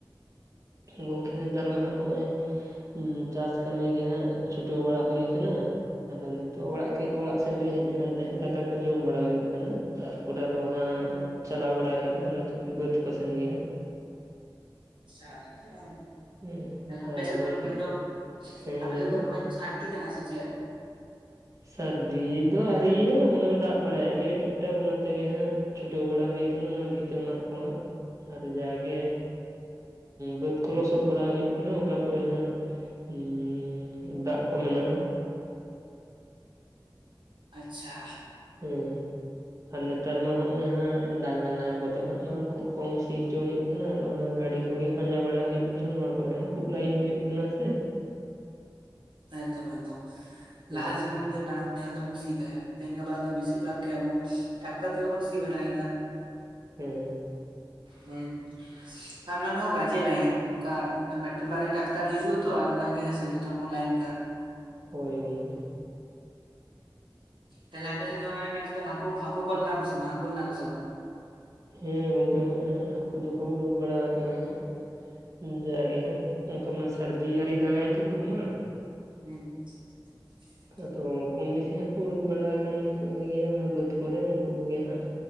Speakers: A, on the right; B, on the right.
A: ᱜᱚᱝᱠᱮ ᱱᱮᱛᱟᱨ ᱢᱟᱦᱟ ᱱᱚᱜᱼᱚᱭ᱾ ᱦᱩᱸ ᱪᱟᱥ ᱠᱟᱹᱢᱤ ᱜᱮ ᱦᱟᱸᱜ ᱪᱷᱩᱴᱟᱹᱣ ᱵᱟᱲᱟ ᱦᱩᱭ ᱠᱟᱱᱟ᱾ ᱟᱫᱚ ᱱᱤᱛᱚᱜ ᱚᱲᱟᱜ ᱠᱟᱹᱡ ᱚᱲᱟᱜ ᱥᱮᱱ ᱞᱤᱧ ᱦᱮᱡ ᱟᱠᱟᱱ ᱛᱟᱦᱮᱸᱫ ᱫᱟᱠᱟ ᱠᱚ ᱡᱚᱢ ᱵᱟᱲᱟ ᱦᱩᱭᱩᱜ ᱠᱟᱱᱟ᱾ ᱛᱟᱨᱯᱚᱨ ᱟᱨᱚ ᱦᱟᱸᱜ ᱪᱟᱞᱟᱣ ᱵᱟᱲᱟ ᱦᱩᱭᱩᱜᱼᱟ ᱟᱨᱚ ᱵᱟᱹᱫ ᱠᱚ ᱥᱮᱱ ᱜᱮᱭᱟ ᱦᱟᱸᱜ
B: ᱟᱪᱪᱷᱟ ᱛᱟᱦᱟᱞᱮ
A: ᱦᱮᱸ
B: ᱟᱯᱮ
A: ᱟᱨ
B: ᱥᱮᱫ
A: ᱜᱚᱝᱠᱮ
B: ᱫᱚ ᱨᱳᱦᱚᱭ ᱫᱚ,
A: ᱦᱮᱸ
B: ᱟᱯᱮ
A: ᱞᱟᱹᱭ
B: ᱥᱮᱫ
A: ᱵᱤᱱ
B: ᱫᱚ ᱨᱚᱦᱚᱭ ᱫᱚ ᱟᱹᱨᱫᱤ ᱠᱟᱱᱟ ᱥᱮ ᱪᱮᱫ?
A: ᱥᱟᱹᱨᱫᱤ ᱫᱚ ᱟᱹᱶᱨᱤ ᱭᱟᱹ ᱦᱚᱼᱚᱭ ᱫᱟᱜ ᱵᱟᱲᱟᱭᱮᱫ ᱜᱮᱭᱟ᱾ ᱴᱩᱠ ᱴᱟᱠ ᱚᱱᱟ ᱛᱮᱜᱮ ᱦᱟᱸᱜ ᱪᱷᱩᱴᱟᱹᱣ ᱵᱟᱲᱟ ᱦᱩᱭ ᱠᱟᱱᱟ, ᱚᱱᱟ ᱵᱷᱤᱛᱟᱹ ᱢᱟᱜ ᱠᱚᱦᱟᱸᱜ ᱟᱨ ᱡᱟᱜᱮ ᱵᱟᱹᱫᱽ ᱠᱚ ᱞᱚᱥᱚᱫ ᱵᱟᱲᱟ ᱦᱩᱭᱩᱜ ᱠᱟᱱᱟ ᱚᱠᱟ ᱠᱚᱨᱮ ᱦᱟᱸᱜ ᱦᱩᱸ ᱫᱟᱜ ᱠᱚ ᱢᱮᱱᱟᱜᱼᱟ᱾
B: ᱟᱪᱪᱷᱟ
A: ᱦᱩ ᱸ ᱟᱨ ᱱᱮᱛᱟᱨ ᱢᱟ ᱦᱚᱜᱼᱚᱭ ᱦᱟᱸᱜ ᱰᱟᱝᱨᱟ ᱱᱟᱦᱮᱞ ᱠᱚᱛᱮ ᱦᱟᱸᱜ ᱢᱟ ᱠᱷᱩᱵ ᱠᱚᱢ ᱥᱤ ᱦᱚᱪᱚ ᱦᱩᱭᱩᱜ᱾ ᱚᱱᱟ ᱜᱟᱹᱰᱤ ᱠᱚᱜᱮ ᱯᱟᱸᱡᱟ ᱵᱟᱲᱟ ᱦᱩᱭᱩᱜ ᱠᱟᱱᱟ᱾ ᱱᱚᱣᱟ ᱠᱚᱨᱮ ᱦᱚᱸ ᱠᱷᱩᱵ ᱞᱟᱭᱤᱱ ᱦᱩᱭᱩᱜ ᱠᱟᱱᱟ ᱥᱮ᱾
B: ᱮᱠᱫᱚᱢ ᱮᱠᱫᱚᱢ
A: ᱦᱮᱸ
B: ᱞᱟᱦᱟ ᱡᱮᱢᱚᱱ᱾ ᱛᱤᱱᱟᱜ ᱰᱟᱹᱝᱨᱤ ᱱᱟᱦᱮᱞ ᱛᱮ ᱵᱚᱱ ᱥᱤ ᱛᱟᱦᱮᱫ ᱛᱮᱦᱤᱧ ᱜᱟᱯᱟ ᱫᱚ ᱵᱮᱥᱤᱨ ᱵᱷᱟᱜ ᱜᱮ ᱟᱵᱚ ᱴᱟᱠᱛᱟᱨ ᱛᱮᱜᱮ ᱵᱩᱱ ᱥᱤ ᱵᱟᱲᱟᱭᱮᱫᱟ᱾
A: ᱦᱮᱸᱻ
B: ᱦᱮᱸ ᱟᱨ ᱱᱚᱰᱮ ᱦᱚᱸ ᱜᱟᱡᱮ ᱞᱟᱭᱤᱱ ᱚᱱᱠᱟᱼᱼ ᱢᱤᱫᱴᱮᱱ ᱵᱟᱨᱭᱟ ᱴᱟᱠᱴᱟᱨ ᱦᱤᱡᱩᱜᱼᱟ ᱛᱚ ᱚᱱᱟᱜᱮ ᱡᱚᱛᱚ ᱦᱚᱲ ᱵᱚᱱ ᱞᱟᱭᱤᱱ ᱠᱟᱜᱼᱟ᱾
A: ᱦᱚᱭ ᱜᱚᱝᱠᱮ᱾
B: ᱛᱟᱦᱞᱮ ᱟᱯᱮ ᱥᱮ ᱜ ᱫᱚ ᱢᱟᱱᱮ ᱱᱮᱥ ᱫᱚ ᱦᱟᱠᱩ, ᱦᱟᱠᱩ ᱠᱚ ᱞᱮᱱᱟ ᱠᱚ ᱥᱮ ᱵᱟᱝᱼᱟ, ᱦᱟᱠᱩ ᱞᱮᱱᱟ ᱠᱚ ᱥᱮ ᱵᱟᱝᱼᱟ?
A: ᱦᱮᱸ ᱜᱚᱝᱠᱮ ᱦᱚᱸᱜ ᱦᱚᱸᱜ ᱦᱟᱹᱠᱩ ᱫᱚᱠᱚ ᱩᱰᱩᱠ ᱵᱟᱲᱟ ᱟᱠᱟᱱᱟ ᱦᱟᱸᱜᱼᱼ ᱡᱟ ᱜᱮ ᱦᱟᱸᱜ ᱚᱱᱠᱟ ᱢᱟ ᱥᱟᱹᱨᱫᱤ ᱟᱹᱣᱨᱤ ᱫᱟᱜᱟᱭ ᱛᱚ ᱠᱷᱩᱵ ᱢᱟ ᱾
B: ᱦᱩᱸ <inaudible>
A: ᱟᱫᱚ ᱠᱚᱢ ᱵᱮᱥᱤ ᱦᱟᱸᱜ ᱩᱰᱩᱠ ᱵᱟᱲᱟ ᱟᱠᱟᱱ ᱜᱮᱭᱟ, ᱚᱱᱟ ᱵᱟᱹᱫᱽ ᱠᱚᱨᱮ ᱩᱱᱠᱩ ᱠᱚᱜᱮ ᱦᱟᱸᱜᱼᱼ